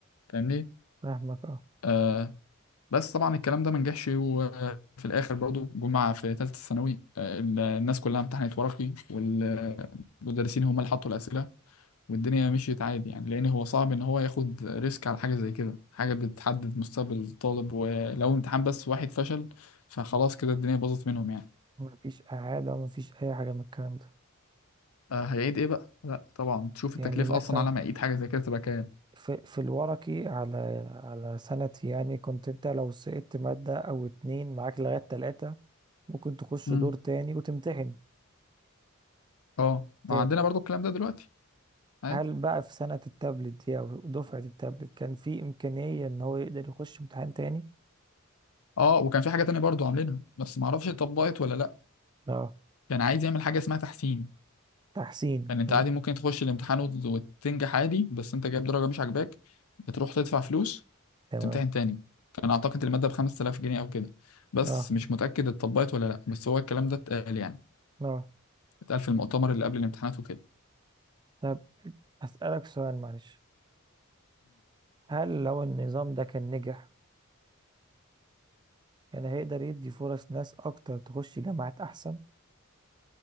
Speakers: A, on the left; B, on the right.
A: فاهمني
B: فاهمك اه
A: آه بس طبعا الكلام ده ما نجحش وفي الاخر برضو جمعة في ثالثة ثانوي آه ال- الناس كلها امتحنت ورقي والمدرسين هم اللي حطوا الأسئلة والدنيا مشيت عادي يعني لأن هو صعب إن هو ياخد ريسك على حاجة زي كده حاجة بتحدد مستقبل الطالب ولو امتحان بس واحد فشل فخلاص كده الدنيا باظت منهم يعني
B: مفيش إعادة ومفيش أي حاجة من الكلام ده
A: آه هيعيد ايه بقى لا طبعا تشوف
B: يعني
A: التكلفه
B: مثلا
A: اصلا على ما يعيد حاجه زي كده تبقى كام
B: في, في الورقي على على سنتي يعني كنت انت لو سقطت مادة او اتنين معاك لغاية تلاتة ممكن تخش
A: مم.
B: دور تاني وتمتحن
A: اه ما
B: تاني
A: عندنا برضو الكلام ده دلوقتي عادي
B: هل بقى في سنة التابلت دي او دفعة التابلت كان في امكانية ان هو يقدر يخش امتحان تاني؟
A: اه وكان في حاجه تانية برضو عاملينها بس ما اعرفش اتطبقت ولا لا
B: اه
A: كان عايز يعمل حاجه اسمها تحسين
B: تحسين
A: يعني انت
B: تم-
A: عادي ممكن تخش الامتحان وت- وتنجح عادي بس انت جايب درجه مش عاجباك بتروح تدفع فلوس
B: تمام
A: تمتحن تاني كان اعتقد الماده ب 5000 جنيه او كده بس
B: اه
A: مش متاكد اتطبقت ولا لا بس هو الكلام ده اتقال يعني
B: اه
A: اتقال في المؤتمر اللي قبل الامتحانات وكده
B: طب اسألك سؤال معلش هل لو النظام ده كان نجح كان هيقدر يدي فرص ناس اكتر تخش جامعات احسن